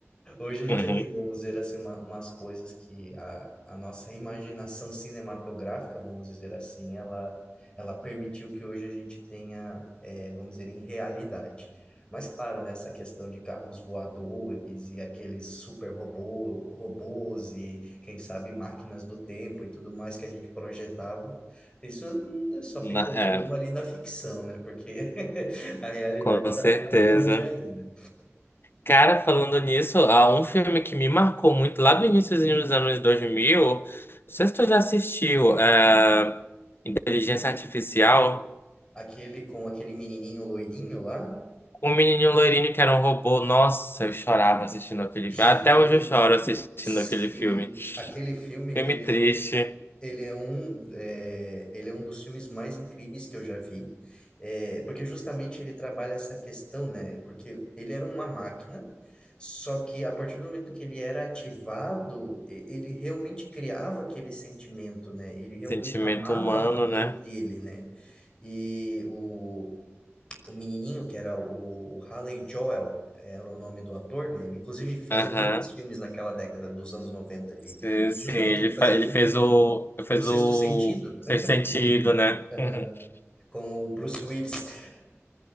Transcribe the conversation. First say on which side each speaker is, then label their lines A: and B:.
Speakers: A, on the left (about 20°); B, on the left (about 50°).
A: Hoje a gente
B: Uhum.
A: já tem, vamos dizer assim, uma, umas coisas que a, a nossa imaginação cinematográfica, vamos dizer assim, ela, ela permitiu que hoje a gente tenha, eh, vamos dizer, em realidade. Mas claro, né, essa questão de carros voadores e aqueles super robô, robôs e, quem sabe, máquinas do tempo e tudo mais que a gente projetava, isso hum, só ficou
B: Na-
A: mesmo
B: é,
A: ali na ficção, né? Porque <laughs> a realidade
B: com
A: está
B: certeza.
A: muito longe ainda.
B: Cara, falando nisso, há um filme que me marcou muito lá do iníciozinho dos anos 2000. Não sei se tu já assistiu, é, Inteligência Artificial,
A: Aquele com aquele menininho loirinho lá?
B: com um menininho loirinho que era um robô. Nossa, eu chorava assistindo aquele
A: Gente,
B: filme. Até hoje eu choro assistindo
A: sim.
B: aquele filme.
A: Aquele filme,
B: Filme
A: ele
B: triste,
A: é um, ele é um, é, ele é um dos filmes mais incríveis que eu já vi. É, porque justamente ele trabalha essa questão, né? Porque ele era uma máquina, só que a partir do momento que ele era ativado, e- ele realmente criava aquele sentimento, né? Ele realmente
B: sentimento
A: amava
B: humano,
A: a mãe
B: né?
A: dele, né? E o o menininho, que era o, o Haley Joel, era o nome do ator, né? Ele, inclusive, ele fazia
B: Aham.
A: muitos filmes naquela década dos anos 90 ali.
B: Sim,
A: E
B: sim,
A: justamente
B: ele,
A: ele fazia
B: fa- ele
A: muito
B: fez o. Ele fez
A: O Sexto
B: o
A: Sentido,
B: Sexto Sentido, né?
A: <laughs> aham,
B: <laughs>
A: com o Bruce Willis.